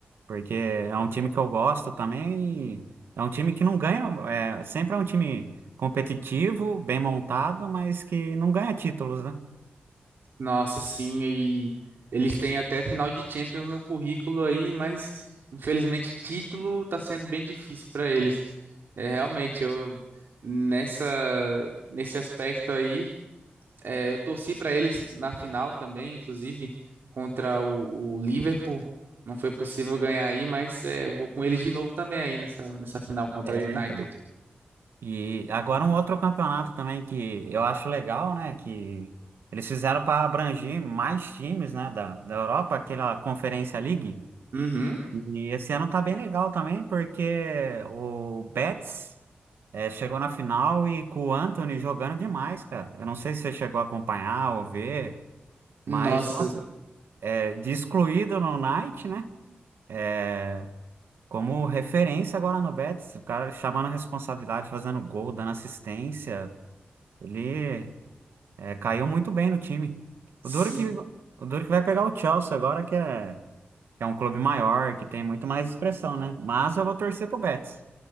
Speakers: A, on the right; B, on the right.
A: porque é um time que eu gosto também, e é um time que não ganha, é, sempre é um time competitivo, bem montado, mas que não ganha títulos, né?
B: Nossa, sim, e eles têm até final de Champions no currículo aí, mas infelizmente título tá sendo bem difícil para eles. É, realmente, eu nessa nesse aspecto aí, é, eu torci para eles na final também, inclusive contra o, o Liverpool. Não foi possível ganhar aí, mas é, vou com eles de novo também aí nessa nessa final contra
A: É,
B: a United.
A: então. E agora um outro campeonato também que eu acho legal, né? Que eles fizeram para abranger mais times, né? Da, da Europa, aquela Conferência League.
B: Uhum.
A: E esse ano tá bem legal também, porque o Betis eh, chegou na final e com o Antony jogando demais, cara. Eu não sei se você chegou a acompanhar ou ver, mas,
B: Nossa,
A: nossa, eh, de excluído no Knight, né? Eh, como referência agora no Betis, o cara chamando a responsabilidade, fazendo gol, dando assistência. Ele eh, caiu muito bem no time.
B: sim.
A: O duro que, o duro que vai pegar o Chelsea agora, que é que é um clube maior, que tem muito mais expressão, né? Mas eu vou torcer pro Betis.